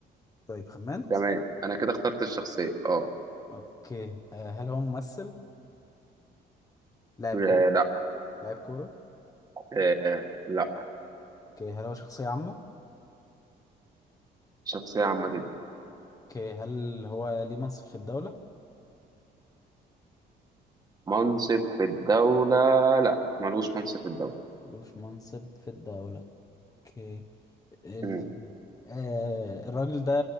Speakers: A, on the left (about 20°); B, on the right (about 20°).
A: طيب خمنت
B: تمام انا كده اخترت الشخصيه اه
A: اوكي أه هل هو ممثل لاعب
B: آه،
A: كورة
B: لا
A: لاعب كورة
B: آه، لا
A: اوكي هل هو شخصية عامة
B: شخصيه عامه جدا
A: اوكي هل هو ليه منصب في الدولة
B: منصب في الدوله لا ملوش منصب في الدوله
A: ملوش منصب في الدولة اوكي ال...
B: مم.
A: آه الراجل ده